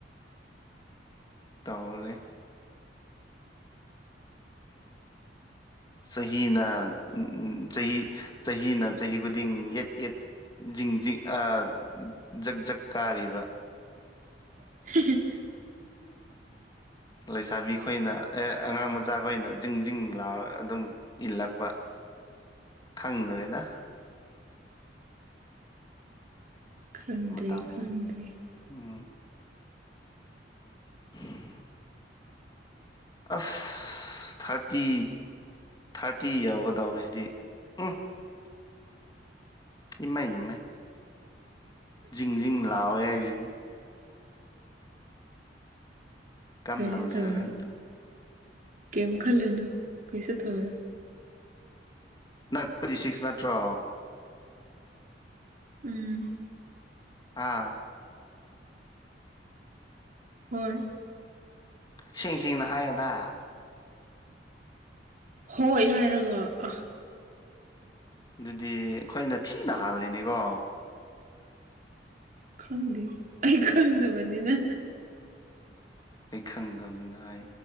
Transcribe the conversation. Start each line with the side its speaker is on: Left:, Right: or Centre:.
Left: ꯇꯧꯔꯦ
Right: <inaudible>
Left: ꯆꯍꯤꯅ ꯎꯝ ꯎꯝ ꯆꯍꯤ ꯆꯍꯤꯅ ꯆꯍꯤ ꯈꯨꯗꯤꯡ ꯌꯦꯠ ꯌꯦꯠ ꯖꯤꯡ ꯖꯤꯡ ꯑꯥ ꯖꯛ ꯖꯛ ꯀꯥꯔꯤꯕ
Right: <unintelligible>
Left: ꯂꯩꯁꯥꯕꯤ ꯈꯣꯏꯅ ꯑꯦ ꯑꯉꯥꯡ ꯃꯆꯥ ꯈꯣꯏꯅ ꯖꯤꯡ ꯖꯤꯡ ꯂꯥꯎꯔꯒ ꯑꯗꯨꯝ ꯏꯜꯂꯛꯄ ꯈꯪꯗ꯭ꯔꯦꯗ
Right: ꯈꯪꯗ꯭ꯔꯦ
Left: ꯃꯇꯝꯁꯦ
Right: ꯈꯪꯗ꯭ꯔꯦ
Left: ꯎꯝ <unintelligible> ꯑꯁ ꯊꯥꯔꯇꯤ ꯊꯥꯔꯇꯤ ꯌꯧꯒꯥꯗꯧꯔꯤꯖꯤꯗꯤ ꯎꯝ ꯏꯃꯥꯏ ꯏꯃꯥꯏ ꯖꯤꯡ ꯖꯤꯡ ꯂꯥꯎꯑꯦ ꯍꯥꯏꯖꯤꯅꯤ ꯀꯝ
Right: ꯀꯩꯁꯨ
Left: ꯇꯧꯁꯤꯔꯥ
Right: ꯇꯧꯔꯣꯏ
Left: ꯈꯪꯗ꯭ꯔꯦ
Right: ꯀꯩꯝ ꯈꯜꯂꯨꯅꯨ ꯀꯩꯁꯨ ꯇꯧꯔꯣꯏ
Left: ꯅꯥꯠ <unintelligible> ꯁꯤꯛꯁ ꯅꯠꯇ꯭ꯔꯣ
Right: ꯎꯝ
Left: ꯑꯥ
Right: ꯍꯣꯏ
Left: ꯁꯦꯡ ꯁꯦꯡꯅ ꯍꯥꯏꯌꯣꯗ
Right: ꯍꯣꯏ ꯍꯥꯏꯔꯒ ꯑꯥ
Left: ꯑꯗꯨꯗꯤ ꯑꯩꯈꯣꯏꯅ ꯊꯤꯅ ꯍꯥꯜꯂꯤꯅꯦꯒꯣ
Right: ꯈꯪꯗꯦ ꯑꯩ ꯈꯪꯗꯕꯅꯤꯅ
Left: ꯑꯩ ꯈꯪꯗꯕꯅꯤꯅ ꯍꯥꯏ